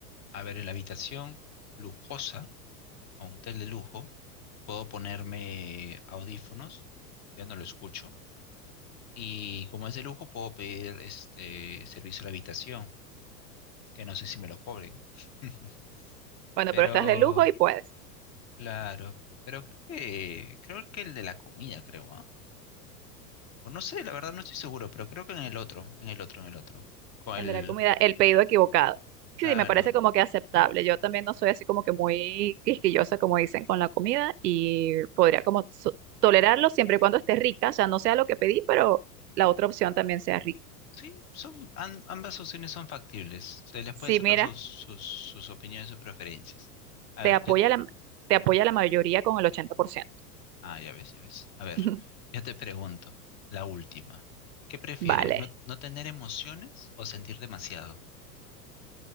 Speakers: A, on the left; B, on the right.
A: A ver, en la habitación lujosa, a un hotel de lujo, puedo ponerme audífonos, ya no lo escucho. Y como es de lujo, puedo pedir este servicio a la habitación, que no sé si me lo cobren. <laughs>
B: Bueno,
A: Pero,
B: pero estás de lujo y puedes
A: claro, pero creo que, creo que el de la comida, creo, ¿ah? O no sé, la verdad no estoy seguro, pero creo que en el otro, en el otro, en el otro. Con el,
B: vender comida, el pedido equivocado. Sí,
A: claro,
B: me parece como que aceptable. Yo también no soy así como que muy quisquillosa, como dicen, con la comida y podría como so- tolerarlo siempre y cuando esté rica, o sea, no sea lo que pedí, pero la otra opción también sea rica.
A: Sí, son, am- ambas opciones son factibles. Se les
B: Sí,
A: puede sacar
B: mira,
A: sus, sus, sus opiniones, sus preferencias. A
B: te
A: ver,
B: apoya
A: yo...
B: la, te apoya la mayoría con el 80%.
A: Ah, ya ves, ya ves. A ver,
B: <laughs>
A: yo te pregunto, la última. ¿Qué prefieres,
B: Vale.
A: no, no tener emociones o sentir demasiado?